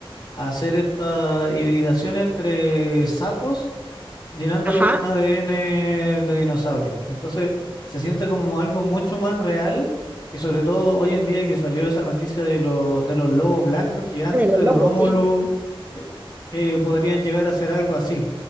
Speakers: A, on the left; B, on the right.
A: a hacer esta hibridación entre sapos llenándolo
B: ajá,
A: con ADN de dinosaurio. Entonces se siente como algo mucho más real y sobre todo hoy en día que salió esa noticia de, los de los lobos blancos gigantes,
B: de los
A: del
B: lobos,
A: Rómulo,
B: <laughs> sí, sí,
A: eh, que podrían llegar a ser algo así.